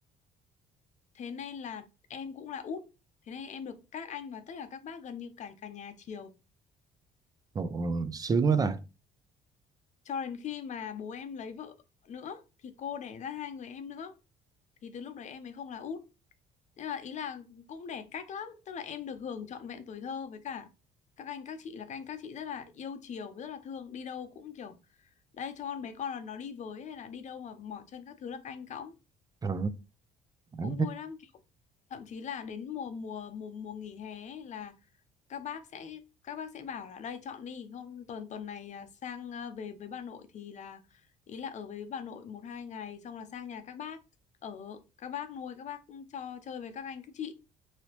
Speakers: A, on the left; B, on the right.
A: thế nên là em cũng là út thế nên em được các anh và tất cả các bác gần như cả cả nhà chiều
B: ồ, ồ, sướng quá ta
A: cho đến khi mà bố em lấy vợ nữa thì cô đẻ ra hai người em nữa thì từ lúc đấy em ấy không là út nên là ý là cũng để cách lắm tức là em được hưởng trọn vẹn tuổi thơ với cả các anh các chị là các anh các chị rất là yêu chiều rất là thương đi đâu cũng kiểu đây cho con bé con là nó đi với hay là đi đâu mà mỏ chân các thứ là các anh cõng
B: ờ à,
A: cũng vui lắm kiểu thậm chí là đến mùa mùa mùa mùa nghỉ hè ấy là các bác sẽ các bác sẽ bảo là đây chọn đi hôm tuần tuần này à, sang à, về với bà nội thì là ý là ở với bà nội một hai ngày xong là sang nhà các bác ở các bác nuôi các bác cho chơi với các anh các chị